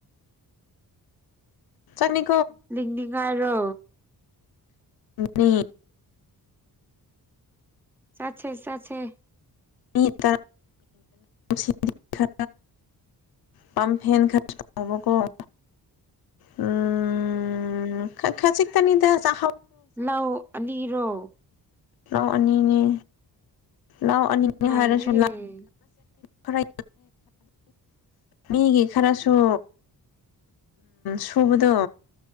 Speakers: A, on the left; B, in the centre.
A: ꯆꯅꯤ
B: ꯂꯤꯡꯗꯤꯉꯥꯏꯔꯣ
A: ꯑꯅꯤ
B: ꯁꯥꯦ ꯁꯥꯦ
A: ꯃꯤ ꯇ ꯁꯤꯥ ꯄꯝꯐꯦꯟ ꯈꯥꯕꯀꯣ ꯎꯝ ꯈꯁꯤ ꯇꯅꯤꯗ ꯆ
B: ꯂꯧꯥꯎ ꯑꯅꯤꯔꯣ
A: ꯂꯥꯎ ꯑꯅꯤꯅꯦ ꯂꯥꯎ ꯑꯅꯤꯅꯦ
B: ꯅꯩꯔꯦꯍꯦ
A: ꯍꯥꯏꯔꯁꯨ ꯄꯔ ꯃꯤꯒꯤ ꯈꯔꯁꯨ ꯁꯨꯕꯗꯣ